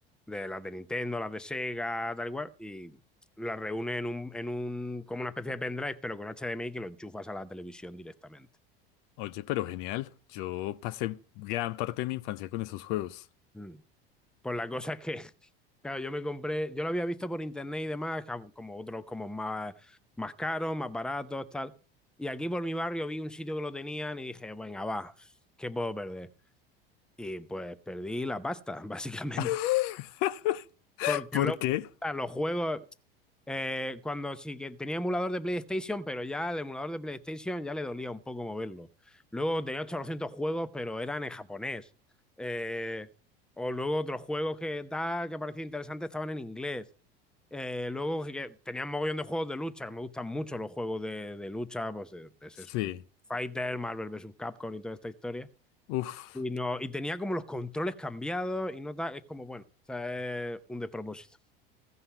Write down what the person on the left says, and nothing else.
Oye, pero genial. Yo pasé gran parte de mi infancia con esos juegos.
<laughs>
¿Por
qué?
Sí.
Uf.